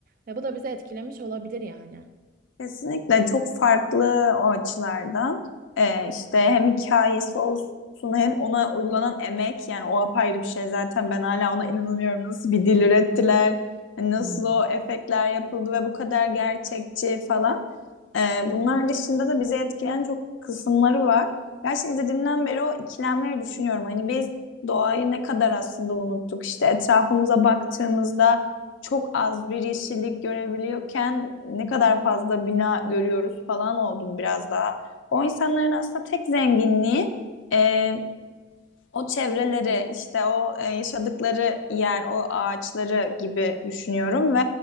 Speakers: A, on the right; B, on the left.
A: Ve bu da bizi etkilemiş olabilir yani.
B: Kesinlikle çok farklı o açılardan. Ee, işte hem hikayesi olsun hem ona uygulanan emek yani o apayrı bir şey zaten ben hala ona inanamıyorum. Nasıl bir dil ürettiler, hani nasıl
A: Hmm.
B: o efektler yapıldı ve bu kadar gerçekçi falan. Ee, bunlar dışında da bizi etkileyen çok kısımları var. Gerçekten izlediğimden beri o ikilemleri düşünüyorum. Hani biz doğayı ne kadar aslında unuttuk. İşte etrafımıza baktığımızda çok az bir yeşillik görebiliyorken ne kadar fazla bina görüyoruz falan oldum biraz daha. O insanların aslında tek zenginliği e, o çevreleri işte o e, yaşadıkları yer, o ağaçları gibi düşünüyorum ve